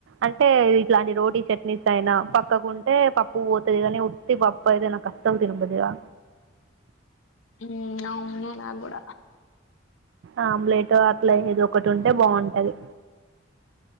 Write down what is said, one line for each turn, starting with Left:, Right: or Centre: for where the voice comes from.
Right: అంటే ఇలాంటి రోటీ చట్నీస్ అయినా పక్కకుంటే ప పూ పోతుదిదనే ఉట్టి పప్ప ఏదన్న కష్టం తినపుదవా
Left: ఉ అమే నా కూడ
Right: ఆ బలేడ్ అట్లా ఏది ఒకటి ఉంటే బాగుంటది